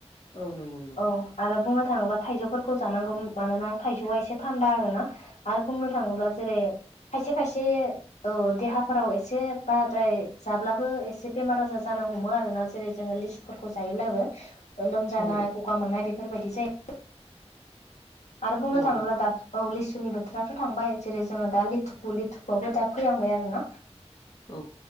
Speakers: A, on the left; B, on the left.
A: औ नंगौ नंगौ
B: औ आरो बुंनो थाङोब्ला थाइजौफोरखौ जानांगौ मानोना थाइजौआ एसे थान्दा आरोना आरो बुंनो थाङोब्ला जेरै खायसे खायसे औ देहाफोराव एसे बाराद्राय जाब्लाबो एसे बेमार आजार जानो हमो आरोना जेरै जोङो लिसुफोरखौ जायोब्लाबो। ओ लोमजानाय
A: औ
B: गगा मोननाय बेफोरबायदि जायो। आरो बुंनो
A: औ
B: थांङोब्ला दा औ लिसु नि बोथोराथ' थांबाय जेरै जोङो दा लिथुुखु लिथुखुआबो दा फैहांबाय आरो ना।
A: औ